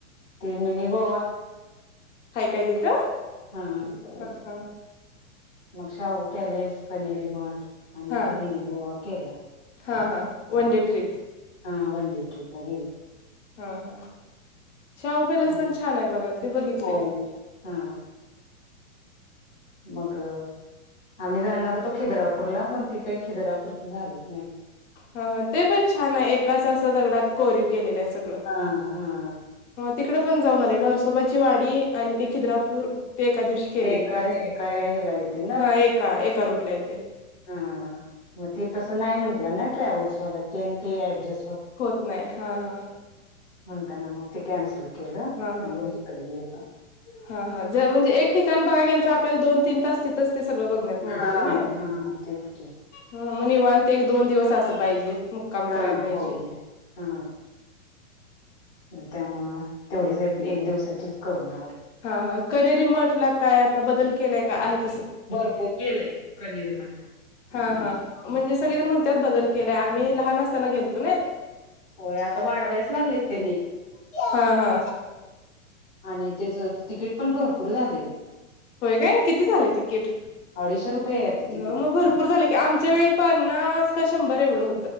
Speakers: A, on the left; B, on the left.
A: ते मिनी गोवा
B: काय काय तिथ?
A: हा
B: हं हा
A: मग शाहू पॅलेस कनेरी मठ आणि
B: हा
A: ते मिनी गोवा केलाय
B: हा- हा वन डे ट्रिप
A: हा वन डे ट्रिप गेले
B: हम्म- हम्म शाहू पॅलेस
A: मग
B: पण छान आहे बघायल ते बघितलय
A: होय हा मग आम्ही जाणार होतो खिद्रापूरला पण ती काही खिद्रापूरच झालंत..
B: ह -ह ते पण छान आहे एकाच असं दगडात कोरीव.. केलेलं आहे सगळं...
A: हा हा.
B: तिकडे पण जाऊन आले नरसोबाची वाडी आणि ते खिद्रापूर... ते एका दिवशी केले
A: हे
B: तिकडचे
A: काय हे काय ह्याला येते
B: हा एका एका रूटला येतंय...
A: हा -हा मग ते तसं नाही म्हंटलं ना ट्रॅव्हल्स वाला ते आणि ते ऍडजस्ट
B: होत नाही हा -हा..
A: म्हणताना मग त कॅन्सल.. केलं आणि
B: हा -हा
A: मग इकडे गेलतो.
B: -हा -हा जर म्हणजे एक ठिकाण बघा गेल तर आप.. दोन तीन तास तिथंच ते सगळं बघण्यात
A: हा
B: मोडताय
A: हा.
B: नाय...
A: तेच की.
B: ह मग निवण ते एक दोन दिवस असं पाहिजे.. मुक्काम
A: हा.
B: करायला पाहिजे....
A: होय हा मग त्यामुळ तेवढीच एक दिवसाचीच करून....
B: हा- हा कनेरी मटला काय आता बदल केलाय का आहेत..
A: भरपूर केलंय कनेरी मटला
B: हा -हा म्हणजे सगळेजण म्हणतात बदल केलाय आम्ही लहान असताना गेलतो नाय...
A: होय आता वाढवायच लागलेत त्यांनी...
B: हा हा
A: आणि त्याच तिकीट पण भरपूर झालेय..
B: होय काय किती झाले तिकीट...
A: अडीचशे रुपये आहे आता
B: हो
A: तिकीट
B: मग भरपूर झाले की आमच्या वेळी पन्नास का शंभर एवढं होत...